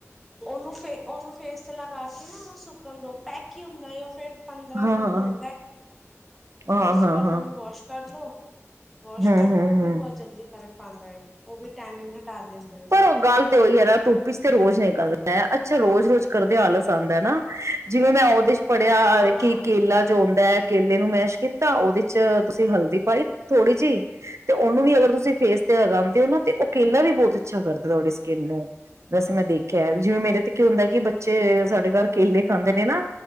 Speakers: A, in the centre; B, on the right (about 65°).
A: ਉਹਨੂੰ ਫੇਰ ਉਹਨੂੰ ਫੇਸ ਮੂੰਹ ਤੇ ਲਗਾ ਕੇ ਨਾ ਉਹ ਸੁੱਕਣ ਦੋ, ਪੈਕ ਹੀ ਹੁੰਦਾ ਉਹ ਫੇਰ। ਪੰਦਰਾਂ
B: ਹਾਂ,
A: ਮਿੰਟ
B: ਹਾਂ,
A: ਲੈਂਦਾ,
B: ਹਾਂ,
A: ਉਸ ਤੋਂ ਬਾਅਦ
B: ਹਾਂ, ਹਾਂ,
A: ਉਹਨੂੰ ਵਾਸ਼ ਕਰਲੋ। ਵਾਸ਼
B: ਹਾਂ,
A: ਕਰ
B: ਹੂੰ, ਹੂੰ,
A: ਲਉ, ਉਹ ਵੀ
B: ਹੂੰ।
A: ਬਹੁਤ ਜਲਦੀ ਫਰਕ ਪਾਉਂਦਾ ਐ, ਉਹ ਵੀ ਟੈਨਿੰਗ ਹਟਾ ਦਿੰਦਾ ਹੈ।
B: ਪਰ ਉਹ ਗੱਲ ਤੇ ਉਹੀ ਐਨਾ ਧੁੱਪ ਇਚ ਤੇ ਰੋਜ਼ ਨਿਕਲਣਾ ਮੈਂ ਅੱਛਾ ਰੋਜ਼-ਰੋਜ਼ ਕਰਦੇ ਆਲਸ ਆਂਦਾ ਐਨਾ ਜਿਵੇਂ ਮੈਂ ਉਹਦੇ ਚ ਪੜ੍ਹਿਆ
A: ਹਾਂ
B: ਕਿ ਕੇਲਾ ਜੋ ਹੁੰਦਾ ਐ। ਕੇਲੇ ਨੂੰ ਮੈਸ਼ ਕੀਤਾ ਉਹਦੇ ਚ ਤੁਸੀਂ ਹਲਦੀ ਪਾਈ ਥੋੜ੍ਹੀ ਜਿਹੀ ਤੇ ਉਹਨੂੰ ਵੀ ਅਗਰ ਤੁਸੀਂ ਫੇਸ ਤੇ ਲਗਾਉਂਦੇ ਔਨਾ ਤੇ ਉਹ ਕੇਲਾ ਵੀ ਬਹੁਤ ਅੱਛਾ ਕਰਦਾ ਤੁਆਡੀ ਸਕਿੰਨ ਨੂੰ, ਵੈਸੇ ਮੈਂ ਦੇਖਿਆ ਜਿਵੇਂ ਮੇਰੇ ਤੇ ਕੀ ਹੁੰਦਾ ਕਿ ਬੱਚੇ ਸਾਡੇ ਘਰ ਕੇਲੇ ਖਾਂਦੇ ਨੇ ਨਾਂ,